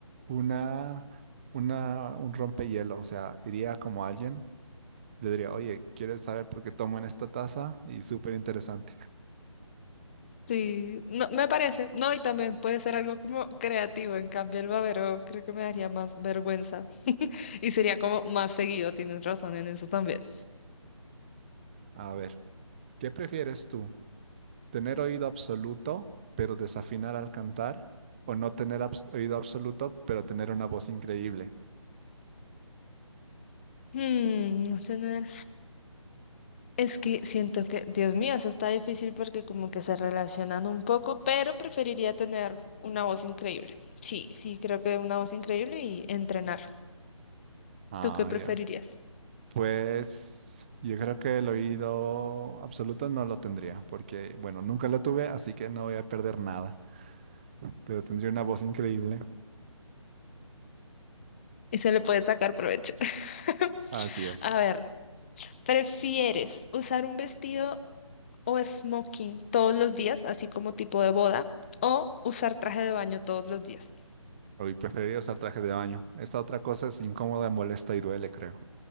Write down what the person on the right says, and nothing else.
una, una, un rompehielo. O sea, iría como alguien. Le diría, oye, ¿quieres saber por qué tomo en esta taza? Y súper interesante.
A ver, ¿qué prefieres tú? ¿Tener oído absoluto, pero desafinar al cantar? ¿O no tener abs- oído absoluto, pero tener una voz increíble?
Ah,
ya. Pues yo creo que el oído absoluto no lo tendría, porque, bueno, nunca lo tuve, así que no voy a perder nada, pero tendría una voz increíble.
Así es.
Hoy preferiría usar traje de baño. Esta otra cosa es incómoda, molesta y duele, creo.